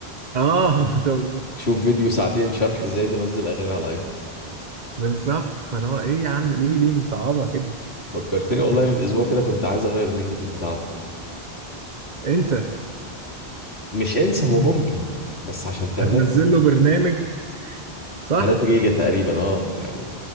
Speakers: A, on the right; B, on the left.
A: اه <laughs> ده-
B: شوف فيديو ساعتين شرح ازاي تنزل اغاني على الايفون
A: بالظبط فاللي هو ايه يا عم ليه ليه مصعبه كده
B: فكرتني
A: <laughs>
B: والله من اسبوع كده كنت عايز اغير الرينج تون بتاعته
A: انسى
B: مش انسى هو ممكن بس عشان تعمل
A: هتنزل له برنامج صح
B: 3 جيجا تقريبا اه يعني